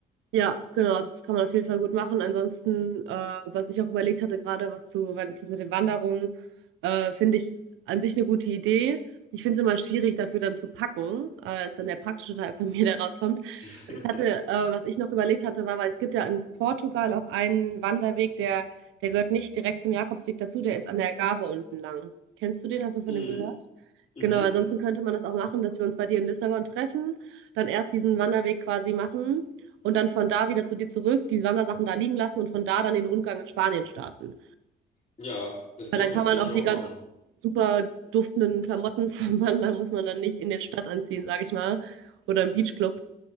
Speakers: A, on the right (about 85°); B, on the left (about 35°).
A: Ja, genau, also das kann man auf jeden Fall gut machen. Ansonsten, äh, was ich auch überlegt hatte, gerade was zu, wenn- das mit den Wanderungen, äh, finde ich an sich eine gute Idee. Ich finde es immer schwierig, dafür dann zu packen. Äh, ist dann der praktische Teil von <laughs> mir, der rauskommt.
B: <laughs>
A: äh, was ich noch überlegt hatte, war, weil es gibt ja in Portugal auch einen Wanderweg, der, der gehört nicht direkt zum Jakobsweg dazu, der ist an der Algarve unten lang. Kennst du den? Hast du von
B: Mhm.
A: dem gehört?
B: Mhm.
A: Genau, ansonsten könnte man das auch machen, dass wir uns bei dir in Lissabon treffen, dann erst diesen Wanderweg quasi machen und dann von da wieder zu dir zurück, die Wandersachen da liegen lassen und von da dann den Rundgang in Spanien starten.
B: Ja, das
A: Weil
B: könnte
A: dann kann
B: man tatsächlich
A: man auch die
B: auch
A: ganz
B: machen.
A: super duftenden Klamotten <laughs> vom Wandern, muss man dann nicht in der Stadt anziehen, sag ich mal, oder im Beachclub